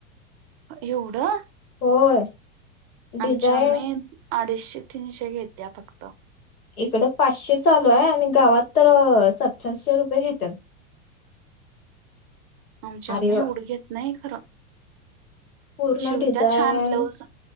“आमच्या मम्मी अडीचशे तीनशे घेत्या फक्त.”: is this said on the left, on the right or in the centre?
Right